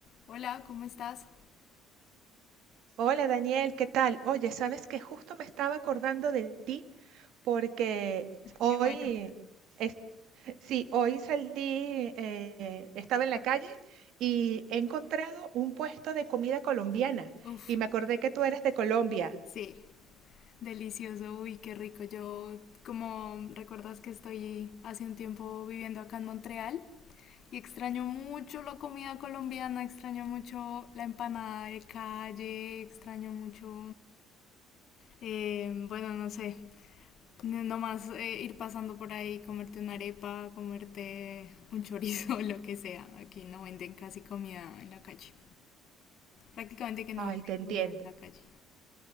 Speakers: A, on the left (about 50°); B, on the right (about 65°).
A: Hola, ¿cómo estás?
B: Hola Daniel, ¿qué tal? Oye, sabes que justo me estaba acordando de ti porque hoy,
A: Qué bueno.
B: es- sí, hoy salí, eh, estaba en la calle y he encontrado un puesto de comida colombiana
A: Uf,
B: y me acordé que tú eres de Colombia.
A: sí, delicioso, uy, qué rico. Yo, como recuerdas que estoy hace un tiempo viviendo acá en Montreal y extraño mucho la comida colombiana, extraño mucho la empanada de calle, extraño mucho, eh, bueno, no sé, n- nomás eh, ir pasando por ahí, comerte una arepa, comerte un chorizo, <laughs> lo que sea. Aquí no venden casi comida en la calle. Prácticamente que no
B: Ay,
A: venden
B: te
A: comida
B: entiendo.
A: en la calle.